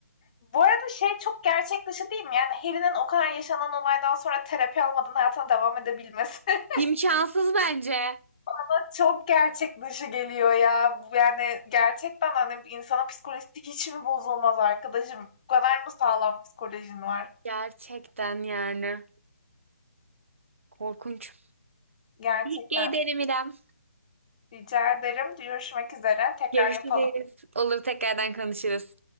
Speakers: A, on the left (about 30°); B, on the right (about 50°).
A: Bu arada şey çok gerçek dışı değil mi? Yani Harry'nin o kadar yaşanan olaydan sonra terapi almadan hayatına devam edebilmesi <laughs>
B: İmkansız bence.
A: bana çok gerçek dışı geliyor ya. Bu Yani gerçekten hani insanın psikolojisi hiç mi bozulmaz arkadaşım? Bu kadar mı sağlam psikolojin var?
B: Gerçekten yani. Korkunç.
A: Gerçekten.
B: Teşekkür ederim İrem.
A: Rica ederim. Görüşmek üzere. Tekrar
B: Görüşürüz.
A: yapalım.
B: Olur tekrardan konuşuruz.